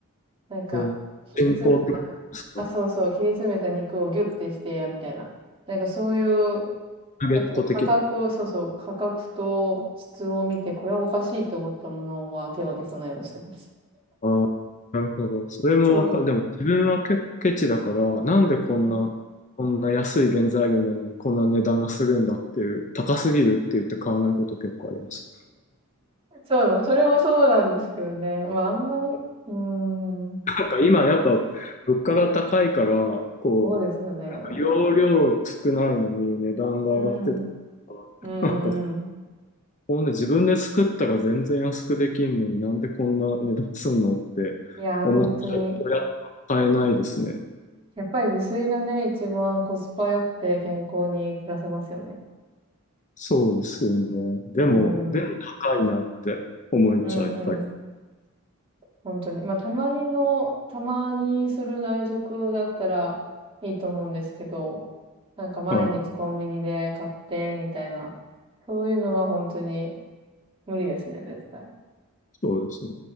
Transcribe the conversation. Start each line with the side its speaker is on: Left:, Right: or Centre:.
Right: なんか、
Left: えー人工ってことですか、
Right: 切り詰め、あ、そうそう、切り詰めた肉をギュッてして、みたいな。なんかそういう、
Left: ナゲット的な。
Right: やっぱり価格、そうそう、価格と質を見て、これはおかしいと思ったものは手を出さないようにしてます。
Left: あ、なるほど。それもわか、
Right: そ
Left: でも自分は結構ケチだから、なんでこんな、
Right: うん。うん
Left: こんな安い原材料なのにこんな値段がするんだっていう、高すぎるって言って買わないこと結構あります。
Right: そうだ、まあそれもそうなんですけどね。まあ、あんまり、うーん、
Left: なんか今やっぱ物価が高いから、こ
Right: そうですよね。
Left: う、容量少ないのに値段が上がってたり
Right: うん。
Left: とか、
Right: うんうん。
Left: なんかこんな自分で作ったら全然安くできんのになんでこんな値段すんのって思っちゃうとやっぱ買えないですね。
Right: いや、本当に。やっぱり自炊がね、一番コスパ良くて健康に暮らせますよね。
Left: そうですよね。でも、
Right: うん。
Left: でも高いなって思っちゃったり。
Right: うんうん。本当に。まあ、たまにの、たまにする外食だったらいいと思うんですけど、なんか毎日コンビニで買って、
Left: はい、
Right: みたいな。そういうのは本当に無理ですね、絶対。
Left: そうですね。